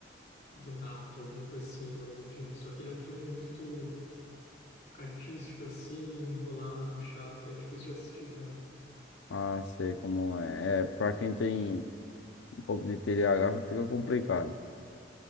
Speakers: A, on the left; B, on the left.
A: do Rato, alguma coisa assim, é o nome do filme. Só que ele é um filme muito artístico, assim, enrolado, chato, é difícil de assistir, cara.
B: Ah, sei como é. É, pra quem tem um pouco de TDAH fica complicado.